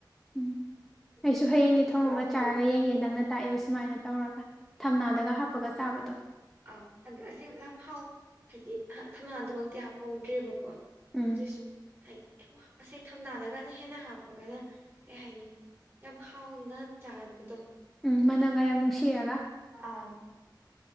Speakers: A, in the centre; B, on the right.
A: ꯎꯝ ꯑꯩꯁꯨ ꯍꯌꯦꯡꯗꯤ ꯊꯣꯡꯉꯒ ꯆꯥꯔꯒ ꯌꯦꯡꯒꯦ ꯅꯪꯅ ꯇꯥꯛꯏꯕ ꯁꯨꯃꯥꯏꯅ ꯇꯧꯔꯒ ꯊꯝꯅꯥꯗꯒ
B: ꯑꯥ
A: ꯍꯥꯞꯄꯒ ꯆꯥꯕꯗꯣ
B: ꯑꯥ ꯑꯗꯨꯗ ꯑꯁꯦꯡ ꯌꯥꯝ ꯍꯥꯎ ꯍꯥꯏꯗꯤ ꯍꯥ ꯊꯝꯅꯥꯗꯨꯃꯛꯇꯤ ꯍꯥꯞꯄꯧꯗ꯭ꯔꯦꯕꯀꯣ
A: ꯎꯝ
B: ꯗꯨꯁꯨ ꯍꯥꯏꯗꯤ ꯑꯁꯦꯡ ꯊꯝꯅꯥꯗꯒ ꯍꯦꯟꯅ ꯍꯥꯞꯄꯒꯅ ꯀꯩ ꯍꯥꯏꯅꯤ ꯌꯥꯝ ꯍꯥꯎꯅ ꯆꯥꯕꯗꯣ
A: ꯎꯝ ꯃꯅꯝꯒ ꯌꯥꯝ ꯅꯨꯡꯁꯤꯔꯒ
B: ꯑꯥ